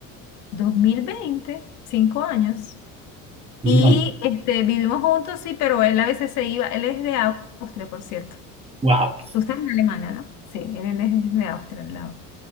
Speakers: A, on the left; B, on the right.
A: dos mil veinte cinco años.
B: un
A: Y
B: montón.
A: este, vivimos juntos, sí, pero él a veces se iba, él es de Austria, por cierto.
B: Wow.
A: Tú estás en Alemania, ¿no? Sí, él es de Austria, al lado.